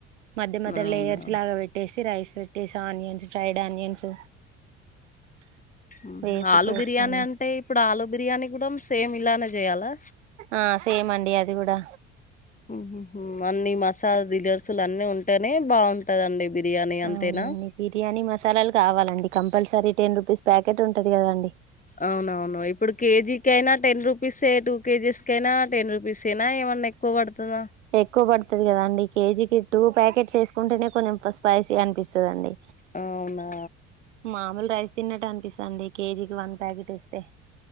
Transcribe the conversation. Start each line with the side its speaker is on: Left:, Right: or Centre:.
Right: మధ్య మధ్య
Left: అవునా
Right: లేయర్స్ లాగా పెట్టేసి రైస్ పెట్టేసి ఆనియన్స్ ఫ్రైడ్ ఆనియన్స్
Left: ఊ ఊ
Right: వేసి
Left: ఆలు
Right: చేస్తాండి
Left: బిర్యానీ అంటే ఇప్పుడు ఆలు బిర్యానీ కూడా సేమ్ ఇలానే చేయాలా
Right: ఆ సేమ్ అండి అది కూడా
Left: ఊ అన్ని మసాలా దినుసులు అన్ని ఉంటేనే బావుం టదిదండి బిర్యానీ అంతేనా
Right: అవునండి బిర్యానీ మసాలాలు కావాలండి కంపల్సరీ టెన్ రూపిస్ ప్యాకెట్ ఉంటది కదా అండి
Left: అవునవును ఇప్పుడు కేజీకైయినా టెన్ పీసే టూ కేజీస్కైయినా టెన్ రూపిస్ అయినా ఏమన్నా ఎక్కువ పడతాదా
Right: ఎక్కువ పడతాది కదా అండి కేజీకి టూ ప్యాకెట్స్ వేసుకుంటేనే కొంచెం స్పైసీ అనిపిస్తుందాండి
Left: అవునా
Right: మామూలు రైస్ తిన్నట్టు అనిపిస్తాండి కేజీకి వన్ ప్యాకెట్ ఏస్తే